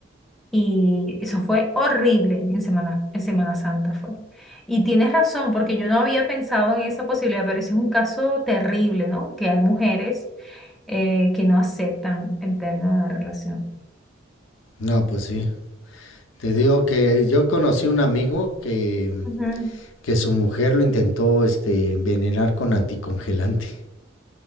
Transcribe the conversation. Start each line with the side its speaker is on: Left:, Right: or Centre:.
Centre: Y eso fue horrible en Semana, en Semana Santa fue. Y tienes razón, porque yo no había pensado en esa posibilidad, pero ese es un caso terrible, ¿no? Que hay mujeres eh, que no aceptan el término de la relación.
Left: No, pues sí. Te digo que yo conocí un amigo que,
Centre: Ujú.
Left: que su mujer lo intentó este, envenenar con anticongelante.